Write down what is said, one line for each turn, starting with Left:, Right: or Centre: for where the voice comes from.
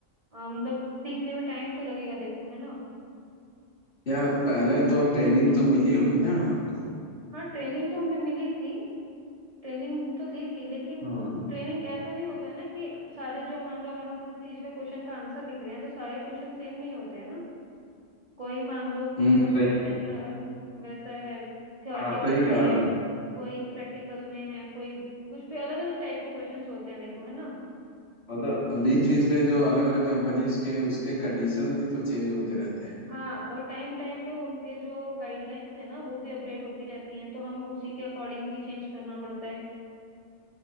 Right: अ, मतलब सीखने में टाइम तो लगेगा देखो है ना
Left: या पहले तो ट्रेनिंग तो मिली होगी ना आपको
Right: हाँ ट्रेनिंग तो हमें मिली थी ट्रेनिंग तो दी थी लेकिन
Left: हाँ
Right: ट्रेनिंग ऐसा नहीं होता है ना कि सारे जो मान लो अगर हम किसी चीज का क्वेश्चन का आंसर लिख रहे हैं तो सारे क्वेश्चन सेम नहीं होते हैं ना कोई मान लो कि
Left: हम्म
Right: कोई
Left: सही
Right: क्वेश्चन
Left: कहा
Right: वैसा है थ्योरेटिकल
Left: हाँ सही कहा
Right: है कोई प्रैक्टिकल में है कोई कुछ भी अलग अलग टाइप के क्वेश्चंस होते हैं देखो है ना
Left: मतलब बीच बीच पे जो अलग अलग कंपनीज के उसके कंडीशंस भी तो चेंज होते रहते हैं
Right: हाँ और टाइम टाइम पे उनके जो गाइडलाइंस है ना वो भी अपडेट होती रहती हैं तो हमें उसी के अकॉर्डिंग भी चेंज करना पड़ता है